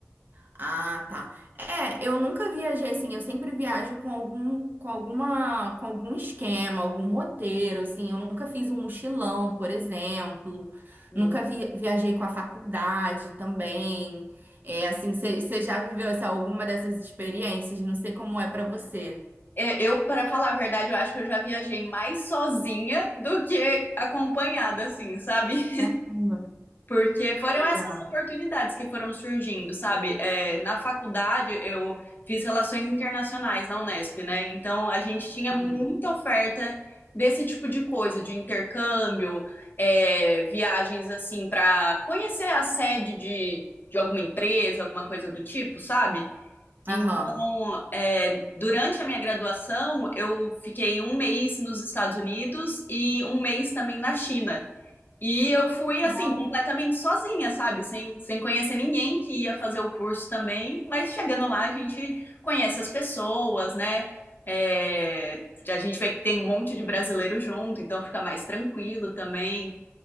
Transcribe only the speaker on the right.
Ah, tá. É, eu nunca viajei assim, eu sempre viajo com algum, com alguma, com algum esquema, algum roteiro, assim, eu nunca fiz um mochilão, por exemplo,
nunca vi- viajei com a faculdade também. É, assim, você já viveu assim, alguma dessas experiências? Não sei como é pra você.
Caramba,
legal.
Uhum.
Aham.
Legal.